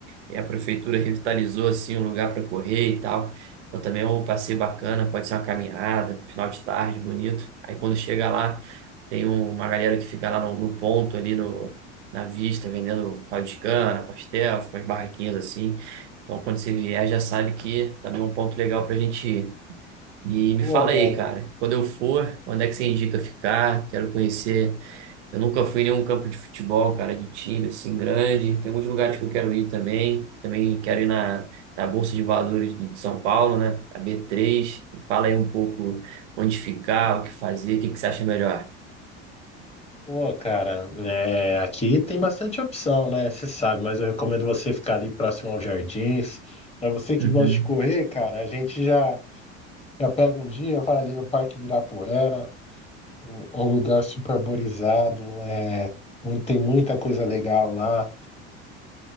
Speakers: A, on the right (about 80°); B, on the left (about 20°).
A: E a prefeitura revitalizou assim um lugar para correr e tal. Então também é um passeio bacana, pode ser uma caminhada, final de tarde, bonito. Aí quando chega lá, tem um- uma galera que fica lá no, no ponto ali no, na vista, vendendo caldo de cana, pastel, umas barraquinhas assim. Então quando você vier, já sabe que também é um ponto legal para a gente ir. E me
B: Pô,
A: fala
B: velho.
A: aí, cara, quando eu for, onde é que você indica ficar? Quero conhecer. Eu nunca fui em nenhum campo de futebol, cara, de time assim grande. Tem alguns lugares que eu quero ir também. Também quero ir na, na Bolsa de Valores de de São Paulo, né? A b três. Me fala aí um pouco onde ficar, o que fazer, o que que você acha melhor.
B: Pô, cara, é, aqui tem bastante opção, né? Você sabe, mas eu recomendo você ficar ali próximo aos jardins. para você que
A: Uhum.
B: gosta de correr, cara, a gente já, já pega um dia, vai ali no Parque Ibirapuera, um, um lugar super arborizado, é, muito- tem muita coisa legal lá,